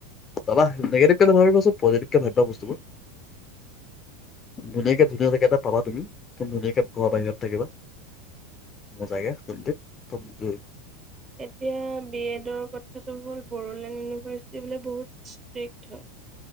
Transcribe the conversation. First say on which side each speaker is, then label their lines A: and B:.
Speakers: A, on the left; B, on the right.
A: পাবা নিগেটিভ কে নাভাবিবাচোন পজিটিভ কে ভাবিবা বস্তুবোৰ ধুনীয়াকে ধুনীয়া জেগা এটা পাবা তুমি একদম ধুনীয়াকে ঘৰ বাহিৰত থাকিবা জগে শ
B: এতিয়া বি এডৰ কথাটো হ'ল বড়োলেণ্ড ইউনিভাৰ্চিটি বোলে বহুত ষ্ট্ৰিক্ট হয়